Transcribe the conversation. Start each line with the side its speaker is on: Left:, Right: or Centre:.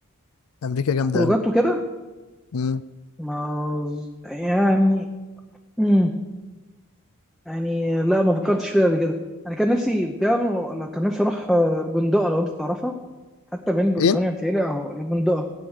Left: امريكا جامده
Centre: خروجات
Left: قوي
Centre: وكده
Left: امم
Centre: ما يعني مم. يعني لا ما فكرتش فيها قبل كده أنا كان نفسي كان كان نفسي أروح آه، البندقة لو أنت تعرفها حتى بين بريطانيا
Left: فين
Centre: بتهيألي أهو البندقة